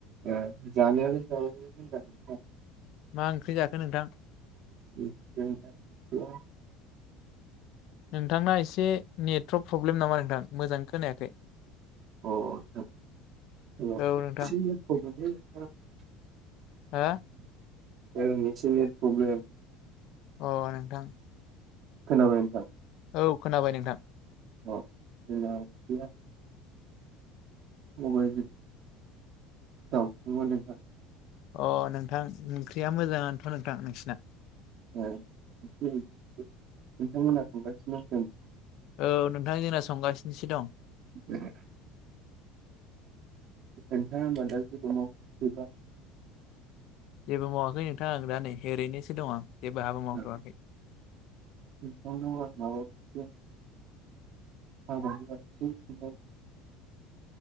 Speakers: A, on the right; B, on the left.
A: ए जानायाल <unintelligible>
B: मा ओंख्रि जाखो नोंथां
A: <unintelligible>
B: नोंथांना एसे नेट्रक प्रब्लेम नामा नोंथां? मोजांङै खोनायाखै।
A: <inaudible>
B: औ नोंथां हा?
A: ओं जसे नेट प्रब्लेम।
B: अ नोंथां।
A: खोनाबाय नोंथां?
B: औ खोनाबाय नोंथां।
A: अ जोंना ओंख्रिया सबाइसो। दावसोमोन नोंथां
B: अ नोंथां ओंख्रिया मोजाङानोथ नोंथां नोंसिना
A: ए बिथांमोना थांगासिनो बुंदों
B: औ नोंथां जोंना संगासिनोसो दं
A: ए <unintelligible>
B: जेबो मावाखै नोंथां दा नै ओरैनोसों दं आं जेबो
A: <unintelligible>
B: हाबा मावथ'वाखै
A: <unintelligible>